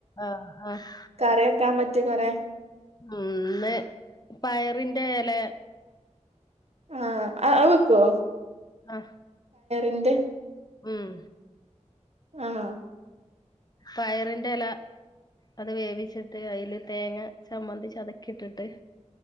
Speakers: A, on the left; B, on the right.
A: ആഹ് ആഹ്
B: കറി വെക്കാ പറ്റ് റ്റിയെ ക്കുറെ
A: ഒന്ന് പയറിന്റെ ഇല
B: ആഹ അത്വക്കോ
A: ആ
B: എന്ത്
A: ഉം
B: ആഹ്
A: പയറിന്റെ ഇല അത് വേവിച്ചിട്ട് അതില് തേങ്ങ ചമ്മന്തി ചതച്ച് ഇട്ടിട്ട്